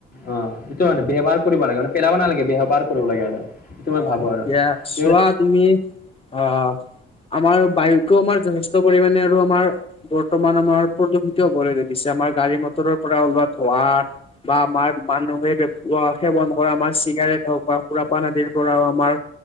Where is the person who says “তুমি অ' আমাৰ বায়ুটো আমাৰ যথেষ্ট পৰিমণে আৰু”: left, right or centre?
Left